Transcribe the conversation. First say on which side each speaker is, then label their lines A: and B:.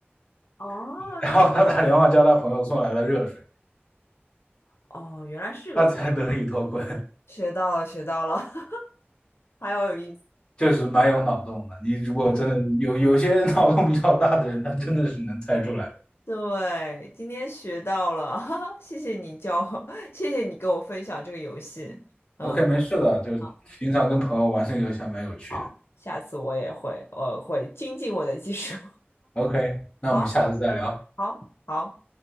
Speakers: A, on the left; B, on the left.
A: 哦，
B: <laughs> 然后他打电话叫他朋友送来了热水，
A: 是哦，原来是个方
B: 他才得以脱困。
A: 学到了，学到了，<laughs> 还要有意思。
B: 就是蛮有脑洞的，你如果真的有有些脑洞比较大的人，他真的是能猜出来。
A: 对，今天学到了，<laughs> 哈哈，谢谢你教我，<laughs> 谢谢你给我分享这个游戏。嗯，
B: OK，没事的，就是平常跟朋友玩这个游戏还蛮有趣的。
A: 嗯，好，下次我也会，我会精进我的技术。
B: OK，
A: <laughs>
B: 那我们下次再聊。
A: 好，嗯，好，好。